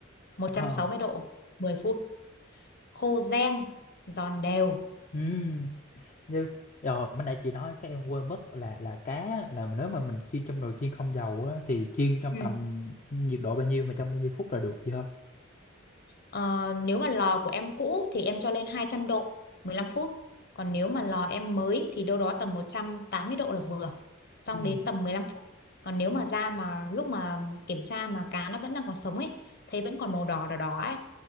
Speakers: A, on the left (about 50°); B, on the left (about 35°).
A: một
B: Ờ.
A: trăm sáu mươi độ, 10 phút, khô ren, giòn đều.
B: ừ như rồi bữa nãy chị nói cái em quên mất là là cá là nếu mà mình chiên trong nồi chiên không dầu á thì chiên trong
A: Ừ.
B: tầm nhiệt độ bao nhiêu mà trong bao nhiêu phút là được chị hả?
A: Ờ, nếu mà lò của em cũ thì em cho lên 200 độ, 15 phút. Còn nếu mà lò em mới thì đâu đó tầm 180 độ là vừa. Xong
B: Ừ.
A: đến tầm 15 phút. Còn nếu mà da mà lúc mà kiểm tra mà cá nó vẫn đang còn sống ấy, thấy vẫn còn màu đỏ đỏ đỏ ấy